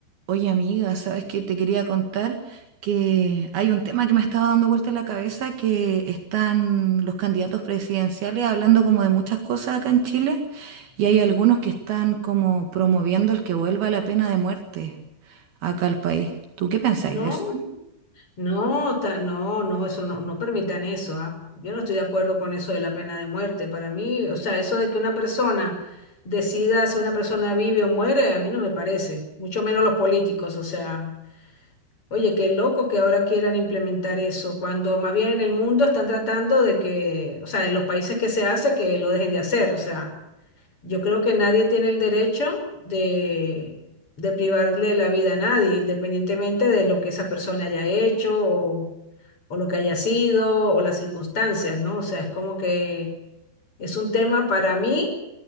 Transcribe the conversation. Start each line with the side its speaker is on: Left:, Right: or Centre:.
Right: Oye, amiga, ¿sabes que Te quería contar que hay un tema que me estaba dando vuelta en la cabeza, que están los candidatos presidenciales hablando como de muchas cosas acá en Chile y hay algunos que están como promoviendo el que vuelva la pena de muerte acá al país. ¿Tú qué pensáis
Left: No,
Right: de eso?
Left: no, ta- no, no, eso no, no permitan eso, ¿ah? Yo no estoy de acuerdo con eso de la pena de muerte. Para mí, o sea, eso de que una persona decida si una persona vive o muere, a mí no me parece, mucho menos los políticos, o sea, oye, qué loco que ahora quieran implementar eso, cuando más bien en el mundo están tratando de que, o sea, en los países que se hace, que lo dejen de hacer, o sea. Yo creo que nadie tiene el derecho de, de privarle la vida a nadie, independientemente de lo que esa persona haya hecho o, o lo que haya sido o las circunstancias, ¿no? O sea, es como que es un tema para mí